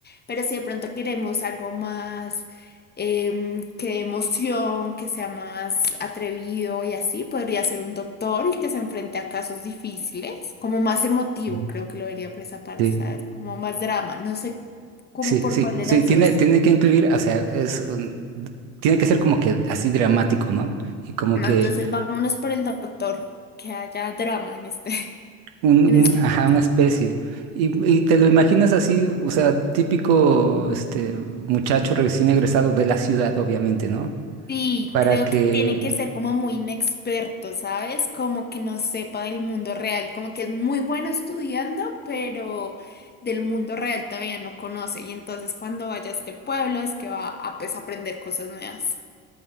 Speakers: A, on the left; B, on the right.
A: Pero si de pronto queremos algo más em, que dé emoción, que sea más atrevido y así. Podría ser un doctor y que se enfrente a casos difíciles, como más emotivo,
B: ujú,
A: creo que lo vería por esa parte,
B: sí.
A: ¿sabes? Como más drama, no sé cómo
B: Sí,
A: por
B: sí,
A: cuál de
B: sí,
A: las
B: tiene,
A: dos.
B: tiene que incluir, o sea, es, un- tiene que ser como que así dramático, ¿no? Y como
A: No,
B: que
A: Entonces vámonos por el doctor, que haya drama en este, <laughs>
B: un, un-
A: en este
B: ajá,
A: cuento.
B: una especie. Y, y te lo imaginas así, o sea, típico, este, muchacho recién egresado de la ciudad, obviamente, ¿no?
A: Sí,
B: Para
A: creo
B: que,
A: que tiene que ser como muy inexperto, ¿sabes? Como que no sepa del mundo real, como que es muy bueno estudiando, pero del mundo real todavía no conoce. Y entonces cuando vaya a este pueblo es que va a pues, aprender cosas nuevas.